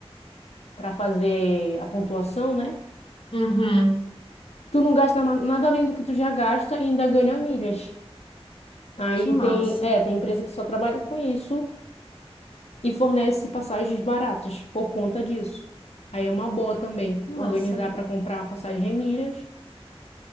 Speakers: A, on the left (about 75°); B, on the left (about 55°).
A: para fazer a pontuação, né?
B: Uhum.
A: Tu não gasta ma- nada além do que tu já gasta e ainda ganha milhas. Aí
B: Que massa.
A: tem, é, tem empresa que só trabalha com isso e fornece passagens baratas por conta disso. Aí é uma boa também
B: Que
A: organizar
B: massa.
A: para comprar passagem em milhas,